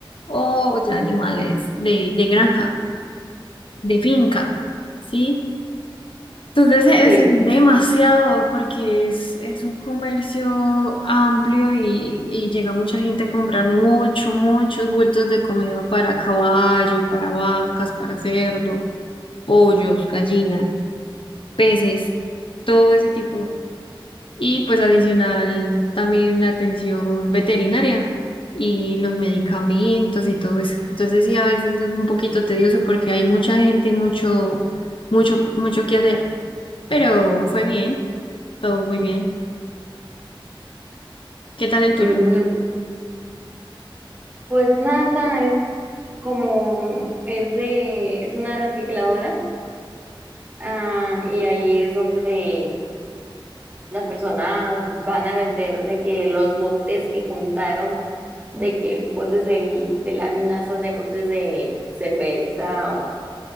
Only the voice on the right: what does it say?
Sí.
Mm, Pues nada, es como es de es una recicladora, ah, y ahí es donde las personas van a vender de que los botes que juntaron, de que botes del, de láminas, esas de botes de cerveza